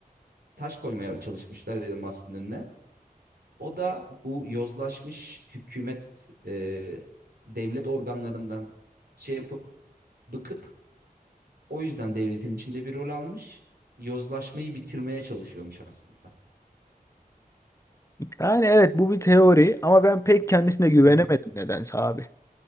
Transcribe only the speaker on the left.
Yani evet bu bir teori ama ben pek kendisine güvenemedim
nedense abi.